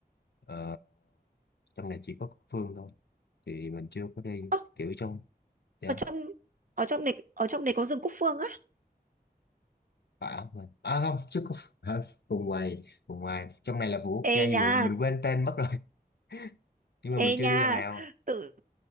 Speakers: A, on the left (about 80°); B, on the right (about 55°).
A: ờ, trong này chỉ có Cúc Phương thôi thì mình chưa có đi
B: Ơ,
A: kiểu trong yeah.
B: ở trong ở trong này ở trong này có rừng Cúc Phương á.
A: À, à không chứ có <laughs> à, vùng ngoài vùng ngoài trong này là vườn quốc gia
B: Ê
A: gì
B: nha,
A: mình, mình quên tên mất rồi <laughs> nhưng mà
B: ê
A: mình chưa
B: nha.
A: đi lần nào
B: Tự